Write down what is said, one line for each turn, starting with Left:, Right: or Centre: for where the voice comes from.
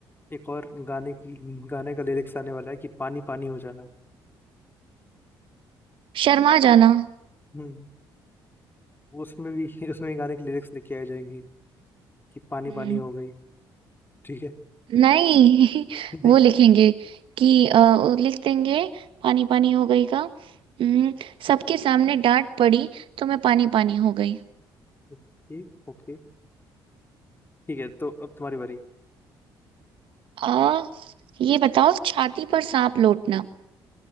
Left: एक और गाने की गाने का लिरिक्स आने वाला है कि पानी पानी हो जाना
Right: शर्मा जाना
Left: हम्म उसमें भी <laughs> उसमें भी गाने के लिरिक्स लिखे आ जाएंगी कि पानी
Right: हम्म
Left: पानी हो गई ठीक है
Right: नहीं <laughs>
Left: <laughs> नहीं
Right: वो लिखेंगे कि अ, वो लिख देंगे पानी पानी हो गई का हम्म सबके सामने डांट पड़ी तो मैं पानी पानी हो गई
Left: Okay okay ठीक है तो अब तुम्हारी बारी
Right: आ ये बताओ छाती पर सांप लौटना